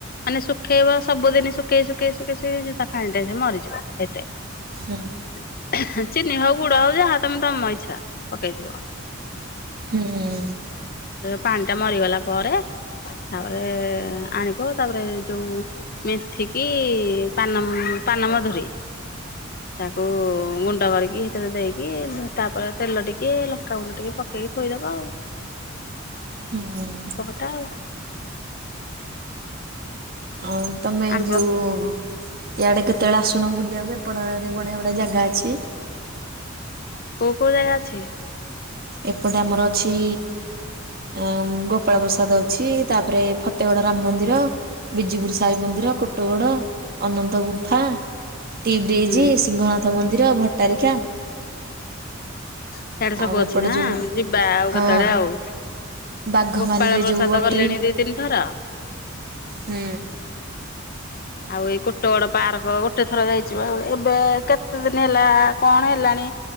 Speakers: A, on the left; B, on the right.
A: ମାନେ ଶୁଖେଇବ ସବୁଦିନ ଶୁଖେଇ ଶୁଖେଇ ଶୁଖେଇ ତା ପାଣି ଟା ମରିଯିବ <unintelligible>
B: ହୁଁ
A: ଚିନି ହଉ ଗୁଡ଼ ହଉ ଯାହା ତମ ଇଛା ପକେଇଥିବ।
B: ହୁଁ।
A: ପାଣିଟା ମରିଗଲା ପରେ ତାପରେ ଆଣିବ ତାପରେ ଯୋଉ ମେଥିକି ପାନ ପାନମଧୁରୀ ତାକୁ ଗୁଣ୍ଡ କରିକି ଦେଇକି ତାପରେ ତେଲ ଟିକେ ଲଙ୍କାଗୁଣ୍ଡ ଟିକେ ପକେଇକି ଥୋଇଦବ ଆଉ।
B: ହୁଁ।
A: <unintelligible>
B: ଆଉ ତମେ
A: ଆମ୍ବ
B: ଯୋଉ ଇଆଡ଼େ କେତେବେଳେ ଆସୁନ ବୁଲିବାକୁ ଏପଟ ଆଡ଼େ ବଢ଼ିଆ ବଢ଼ିଆ ଜାଗା ଅଛି।
A: କୋଉ କୋଉ ଜାଗା ଅଛି?
B: ଏପଟେ ଆମର ଅଛି ଆ ଗୋପାଳ ପ୍ରସାଦ ଅଛି ତାପରେ ଫତେଗଡ଼ ରାମ ମନ୍ଦିର। ବିଜିପୁର୍ ସାଇ ମନ୍ଦିର, କୋଟଗଡ଼, ଅନନ୍ତ ଗୁମ୍ଫା। ଟି ବ୍ରିଜି
A: ହୁଁ
B: ସିଂହନାଥ ମନ୍ଦିର, ଭଟ୍ଟାରିକା।
A: ସିଆଡେ଼ ସବୁ
B: ଆଉ
A: ଅଛି
B: ଏପଟେ
A: ନା
B: ଯୋଉ
A: ଯିବା ଆଉ
B: ହଁ
A: କେତେବେଳେ ଆଉ।
B: ବାଘମାରିରେ
A: ଗୋପାଳ ପ୍ରସାଦ
B: ଯୋଉ ଅଟ୍ରି
A: ଗଲିଣି ଦି ତିନି ଥର।
B: ହୁଁ।
A: ଆଉ ଏଇ କୋଟଗଡ଼ ପାର୍କ ଗୋଟେ ଥର ଯାଇଛି ପା ଏବେ କେତେ ଦିନ ହେଲା କଣ ହେଲାଣି।